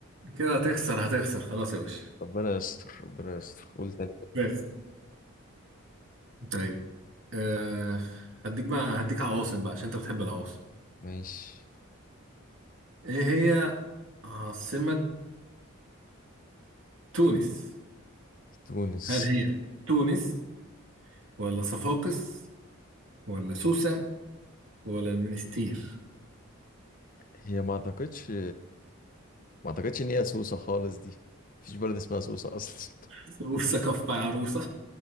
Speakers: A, on the right (about 65°); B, on the left (about 40°).
A: كده هتخسر هتخسر خلاص يا باشا
B: ربنا يستر ربنا يستر قول تاني
A: بس طيب آه هديك بقى هديك عواصم بقى عشان أنت بتحب العواصم
B: ماشي
A: إيه هي عاصمة تونس؟
B: تونس
A: هل هي تونس ولا صفاقس ولا سوسة ولا المنستير
B: هي ما أعتقدش ما أعتقدش إن هي سوسة خالص دي مفيش بلد اسمها سوسة أصلا
A: سوسة كف عروسة